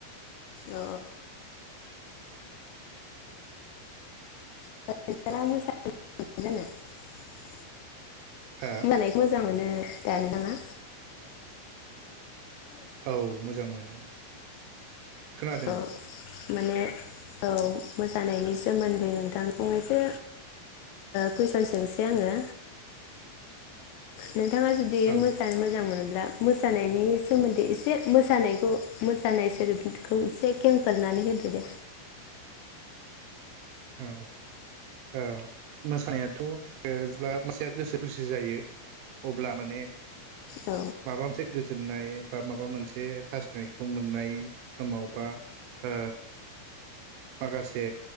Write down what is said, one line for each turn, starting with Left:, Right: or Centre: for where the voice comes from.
Left: अ <unintelligible>
Right: हा
Left: होननानै मोजां मोनो दानो नाङा
Right: औ मोजां मोनो। खोनादों
Left: अ माने औ मोसानायनि सोमोन्दै नोंथां फंनैसो कुइसन सोंसै आङो नोंथाङा जुदि
Right: औ
Left: मोसानो मोजां मोनोब्ला मोसानायनि सोमोन्दै एसे मोसानायखौ मोसानाय सोदोब थ एसे खेंफोरनानै होदो दे
Right: औ औ औ मोसानायाथ जेब्ला मोसया गोसो खुसि जायो अब्ला माने
Left: औ
Right: माबा मोनसे गोजोननाय बा माबा मोनसे हास्थायनायखौ मोननाय समाव बा ओ माखासे